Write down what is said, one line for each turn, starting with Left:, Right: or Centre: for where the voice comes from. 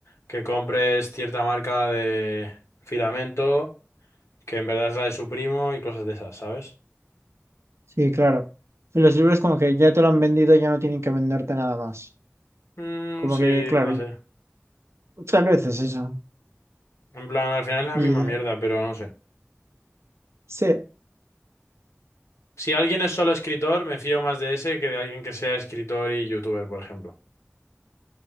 Left: que compres cierta marca de filamento, que en verdad es la de su primo y cosas de esas, ¿sabes?
Right: Sí, claro. Y los libros como que ya te lo han vendido, ya no tienen que venderte nada más.
Left: Mm,
Right: Como
Left: sí,
Right: que, claro,
Left: no sé.
Right: tal vez es eso.
Left: En plan, al final es la
Right: Ni
Left: misma
Right: idea.
Left: mierda, pero no sé.
Right: Sí,
Left: Si alguien es solo escritor, me fío más de ese que de alguien que sea escritor y youtuber, por ejemplo.